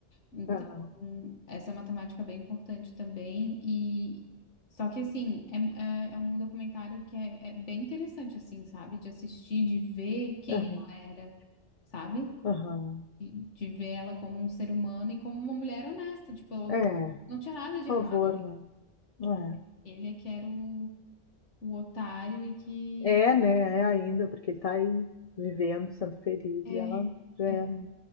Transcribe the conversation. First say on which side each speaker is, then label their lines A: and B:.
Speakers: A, on the left; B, on the left.
A: Então,
B: aham,
A: essa é uma temática bem importante também. E só que assim, é, é, é um documentário que é, é bem interessante, assim, sabe? De assistir, de ver quem
B: aham,
A: ela era, sabe?
B: aham.
A: De, de ver ela como um ser humano e como uma mulher honesta. Tipo, ela
B: É.
A: não, não tinha nada de
B: Por
A: errado.
B: favor, né?
A: ali. Ele é que era o, o otário e que
B: É, é né? É ainda, porque ele tá aí vivendo, sendo feliz,
A: é
B: e ela já era.
A: é